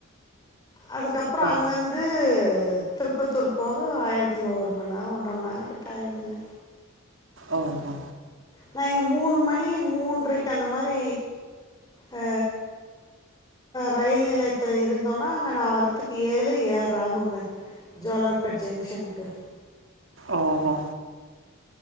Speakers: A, on the left; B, on the right.
A: அதுக்கப்புற
B: ஓ
A: அங்கருந்து திருப்பத்தூர் போக ஆயிரத் ஒரு மண் நேர ஒன்ற மண் நேர ட்டாயடுதுங்க
B: ஓஹோ
A: நான் இங்க மூணு மணி மூன்றைக்கு அந்த மாரி அ ரயில் நிலையத்தில இருந்தோன்னா நான் வரதுக்கு ஏழு ஏழ்ர ஆகுங்க ஜோலார்பட் ஜங்ஷனுக்கு
B: ஓஹோ